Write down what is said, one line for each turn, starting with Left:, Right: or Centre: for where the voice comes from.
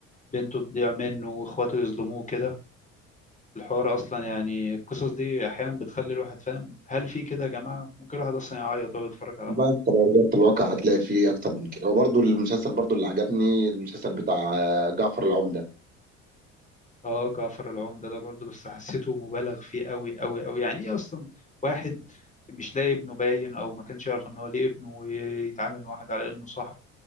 Left: بنته تضيع منه وإخواته يظلموه كده الحوار اصلا يعني القصص دي احيانا بتخلي الواحد فاهم هل في كده يا جماعه ممكن الواحد اصلا يعيط وهو بيتفرج على
Right: بقى
Left: موقف
Right: انت لو رجعت الواقع هتلاقي فيه اكتر من كده وبرضه المسلسل برضه اللي عجبني المسلسل بتاع آه، جعفر العمدة
Left: اه جعفر العمده ده برضه بس حسيته مبالغ فيه قوي قوي قوي يعني ايه اصلا واحد مش لاقي ابنه باين او ما كانش يعرف ان هو ليه ابنه ويتعامل مع واحد على انه صاحب